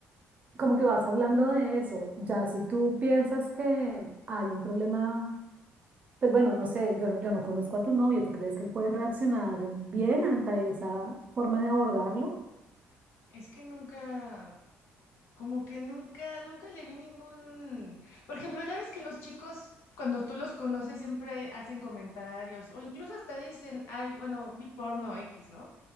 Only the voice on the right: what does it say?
como que vas hablando de eso, ya si tú piensas que hay un problema, pues bueno, no sé, yo no, yo no conozco a tu novio, ¿tú crees que él puede reaccionar bien ante esa forma de abordarlo?